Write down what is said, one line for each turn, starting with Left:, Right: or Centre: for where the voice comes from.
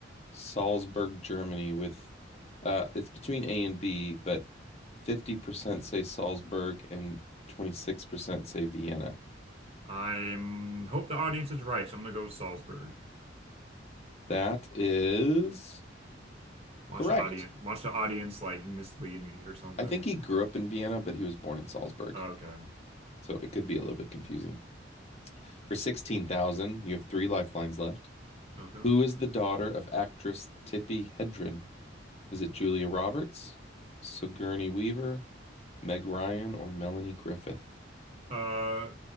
Left: Salzburg, Germany, with uh, it's between A and B, but 50% say Salzburg and 26% say Vienna.
Right: I'm hope the audience is right, so I'm gonna go with Salzburg.
Left: That is
Right: Watch
Left: correct.
Right: the audience watch the audience like mislead me or something.
Left: I think he grew up in Vienna, but he was born in Salzburg.
Right: Okay.
Left: So it could be a little bit confusing. For 16,000, you have three lifelines left.
Right: Okay.
Left: Who is the daughter of actress Tippi Hedren? Is it Julia Roberts, Sigourney Weaver, Meg Ryan, or Melanie Griffith?
Right: Uh